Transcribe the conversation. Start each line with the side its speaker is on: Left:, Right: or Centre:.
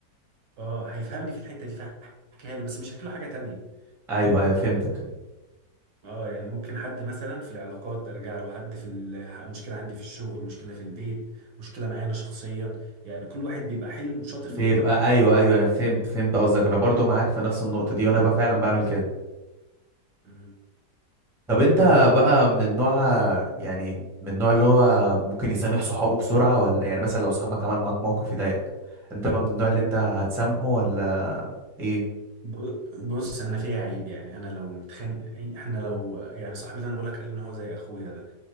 Right: اه هيفهمني في الحته دي فهحكيها له بس مش هحكي له حاجه تانية
Centre: ايوه ايوه فهمتك
Right: اه يعني ممكن حد مثلا في العلاقات ارجع له حد في ال- مشكله عندي في الشغل مشكله في البيت مشكله معايا انا شخصيا يعني كل واحد بيبقى حلو وشاطر
Centre: بيبقى
Right: في حته معينه
Centre: ايوه
Right: يعني
Centre: ايوه انا فهمت فهمت قصدك انا برضو معاك في نفس النقطه دي وانا بقى فعلا بعمل كده
Right: مم.
Centre: طب انت
Right: طيب
Centre: بقى
Right: وانت
Centre: من النوع يعني من النوع اللي هو ممكن يسامح صحابه بسرعه ولا يعني مثلا لو صاحبك عمل معاك موقف يضايقك انت بقى من النوع اللي انت هتسامحه ولا ايه
Right: ب- بص انا فيا عيب يعني انا لو متخانق يعني احنا لو يعني صاحبي ده انا بقول لك عليه ان هو زي اخويا ده